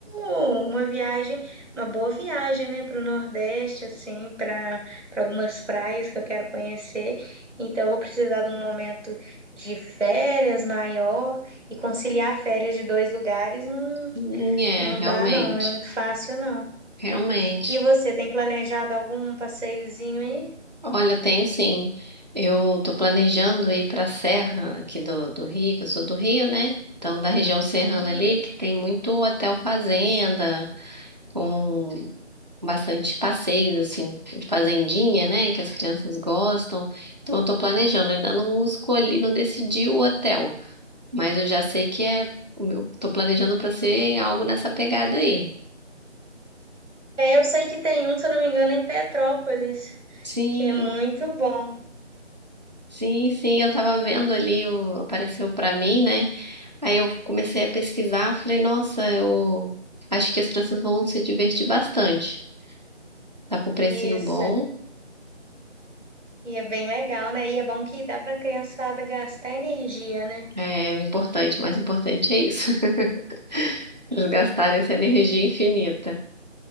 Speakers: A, on the right; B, on the right.
A: uma viagem, uma boa viagem, né, para o Nordeste, assim, para para algumas praias que eu quero conhecer. Então, eu vou precisar de um momento de férias maior e conciliar férias de dois lugares não
B: Hum, É,
A: não
B: realmente,
A: dá não, não é muito fácil não.
B: realmente.
A: E você, tem planejado algum passeiozinho aí?
B: Olha, eu tenho sim. Eu tô planejando ir pra Serra aqui do, do Rio, que eu sou do Rio, né? Então, da região serrana
A: Uhum.
B: ali, que tem muito hotel fazenda, com bastante passeios, assim, de fazendinha, né? Que as crianças gostam. Então, eu tô planejando. Ainda não escolhi, não decidi o hotel, mas eu já sei que é. o meu- Tô planejando para ser algo nessa pegada aí.
A: É, eu sei que tem um, se eu não me engano, em Petrópolis,
B: Sim,
A: que é muito bom.
B: sim, sim. Eu tava vendo ali, o- apareceu para mim, né? Aí eu comecei a pesquisar, falei, nossa, eu acho que as crianças vão se divertir bastante. Tá com um precinho
A: Isso.
B: bom.
A: E é bem legal, né? E é bom que dá para a criançada gastar energia, né?
B: É o importante, o mais importante é isso. <laughs> Eles gastarem essa energia infinita.